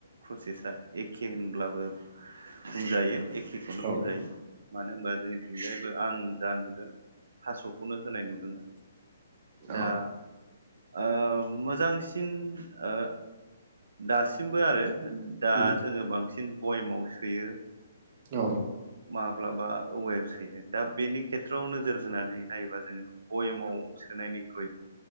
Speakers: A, on the right; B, on the right.
A: प्रसेसा एखे होन ब्लाबो बुंजायो। एखेखौनो
B: औ
A: बुंजायो मानो होनबा जोंनिथिंजायबो आं जा नुदों थास'खौनो होनाय नुदों आरो
B: औ
A: दा ओ मोजांसिन ओ दासिमबो आरो दा
B: उम
A: जोङो बांसिन बयमाव सोयो
B: औ
A: माब्लाबा औवायाव सोयो दा बेनि खेथ्रआव नोजोर होनानै नायोबा जोङो बयेमाव सोनायनिख्रुइ